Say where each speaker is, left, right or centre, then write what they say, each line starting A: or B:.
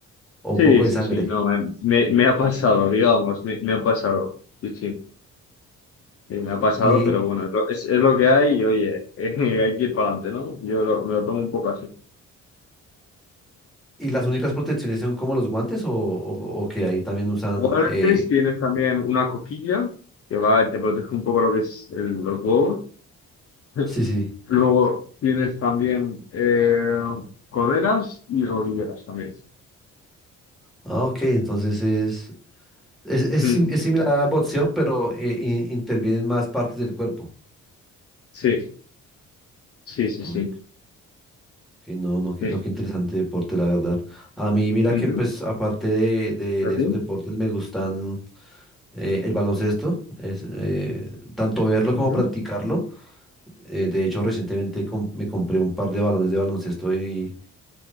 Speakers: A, in the centre; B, on the left.
A: o
B: Sí,
A: un poco de
B: sí,
A: sangre.
B: sí, no, me, me, me ha pasado, digamos, me, me ha pasado. Sí, sí, sí, me ha pasado,
A: ¿Y,
B: pero bueno, es, lo es- es lo que hay y oye, <laughs> eh, hay que ir para adelante, ¿no? Yo lo- me lo tomo un poco así.
A: y las únicas protecciones son como los guantes o, o, o que ahí también usan?
B: Guantes,
A: eh,
B: tienes también una coquilla que va, te protege un poco lo que es el- los huevos. <laughs>
A: Sí, sí.
B: Luego tienes también eh, coderas y rodilleras también.
A: Ah, ok, entonces es, es, es,
B: Mm,
A: sim- es similar a boxeo, pero eh, in- intervienen más partes del cuerpo.
B: Sí, sí, sí,
A: Ok.
B: sí.
A: Que no, no, que
B: sí.
A: no, qué interesante deporte, la verdad. A mí, mira
B: Ujú,
A: que pues aparte de, de,
B: ¿a
A: de
B: ti?
A: esos deportes me gustan eh, el baloncesto, es, eh, tanto verlo
B: Ujú,
A: como practicarlo. Eh, de hecho, recientemente com- me compré un par de balones de baloncesto y